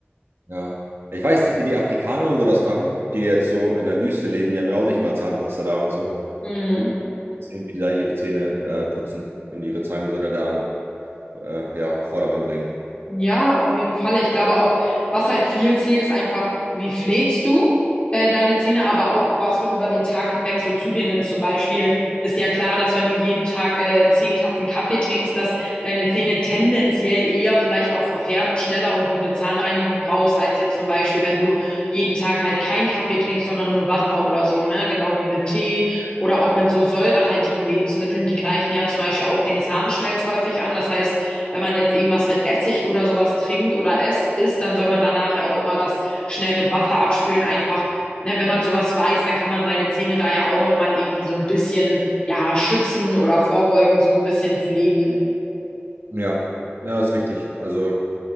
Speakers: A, on the right (about 70°); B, on the left (about 25°).
A: ja. Ich weiß nicht, wie die Afrikaner und so das machen, die jetzt so in der Wüste leben, die haben ja auch nicht immer Zahnpasta da und so.
B: Mhm.
A: Wird mich Sehen, wie die da ihre Zähne äh, putzen und ihre Zahngesundheit da äh, ja, auf Vordermann bringen.
B: Ja, auf jeden Fall. Ich glaube auch, was halt viel zählt, ist einfach, wie pflegst du äh, deine Zähne, aber auch, was du über den Tag hinweg so zu dir nimmst. Zum Beispiel ist ja klar, dass wenn du jeden Tag äh, zehn Tassen Kaffee trinkst, dass deine Zähne tendenziell eher vielleicht auch verfärben schneller und du eine Zahnreinigung brauchst, als jetzt zum Beispiel, wenn du jeden Tag halt keinen Kaffee trinkst, sondern nur Wasser oder so, ne? Genau wie mit Tee oder auch mit so säurehaltigen Lebensmitteln. Die greifen ja zum Beispiel auch den Zahnschmelz häufig an. Das heißt, wenn man jetzt irgendwas mit Essig oder sowas trinkt oder es isst, dann soll man danach ja auch immer das schnell mit Wasser abspülen. Einfach, ne, wenn man sowas weiß, dann kann man seine Zähne da ja auch nochmal irgendwie so ein bisschen, ja, schützen oder vorbeugend so ein bisschen pflegen.
A: Ja, ja, ist richtig. Also,